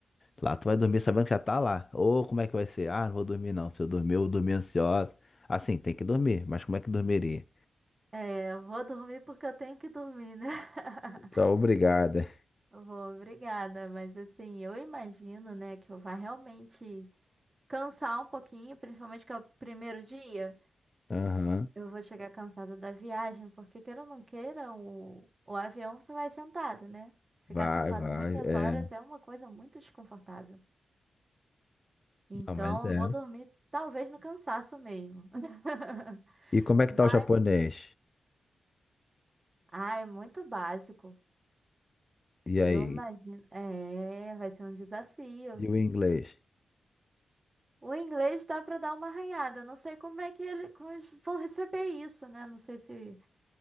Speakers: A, on the left; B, on the right.
A: Lá tu vai dormir sabendo que já tá lá. Ou como é que vai ser? Ah, não vou dormir não. Se eu dormir, eu vou dormir ansiosa. Assim, tem que dormir, mas como é que dormiria?
B: É, eu vou dormir porque eu tenho que dormir, né? <laughs>
A: Tá, obrigada.
B: Eu vou, obrigada. Mas assim, eu imagino, né, que eu vá realmente cansar um pouquinho, principalmente que é o primeiro dia.
A: Aham.
B: Eu vou chegar cansada da viagem, porque queira ou não queira, o, o avião você vai sentado, né? Ficar
A: Vai,
B: sentado
A: vai.
B: muitas
A: É.
B: horas é uma coisa muito desconfortável. Então,
A: Não, mas é.
B: eu vou dormir, talvez no cansaço mesmo. <laughs>
A: E como é
B: Mas,
A: que tá o japonês?
B: ah, é muito básico.
A: E aí?
B: Eu imagino. É, vai ser um desafio.
A: E o inglês?
B: O inglês dá para dar uma arranhada. Não sei como é que ele, como eles vão receber isso, né? Não sei se